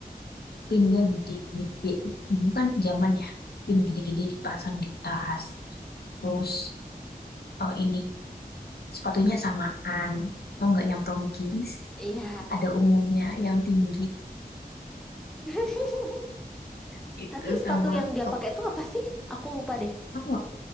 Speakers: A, on the left; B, in the centre.
A: Pinnya gede-gede. Bukan zaman ya. Pin gede-gede dipasang di tas Terus eh, ini sepatunya samaan. Tau nggak yang Tomkins?
B: Iya.
A: Ada ungunya yang tinggi.
B: <laughs>
A: <laughs> Itu
B: Tapi sepatu
A: sama
B: yang dia
A: top.
B: pakai tuh apa sih? Aku lupa deh.
A: Aku nggak